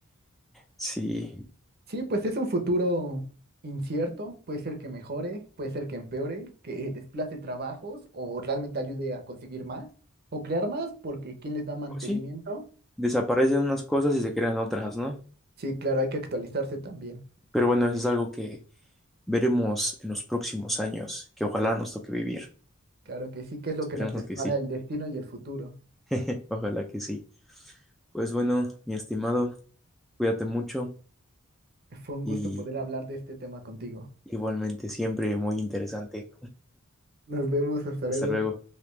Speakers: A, in the centre; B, on the right.
A: Sí,
B: Sí, pues es un futuro incierto, puede ser que mejore, puede ser que empeore, que desplace trabajos o realmente ayude a conseguir más o crear más, porque ¿quién les da mantenimiento?
A: pues sí, desaparecen unas cosas y se crean otras, ¿no?
B: Sí, claro, hay que actualizarse también.
A: Pero bueno, eso es algo que veremos en los próximos años, que ojalá nos toque vivir.
B: Claro que sí, que es lo
A: Esperemos
B: que nos depara
A: que sí,
B: el destino y el futuro.
A: <laughs> ojalá que sí. Pues bueno, mi estimado, cuídate mucho
B: Fue un
A: y
B: gusto poder hablar de este tema contigo.
A: igualmente siempre muy interesante.
B: Nos vemos, hasta
A: Hasta
B: luego.
A: luego.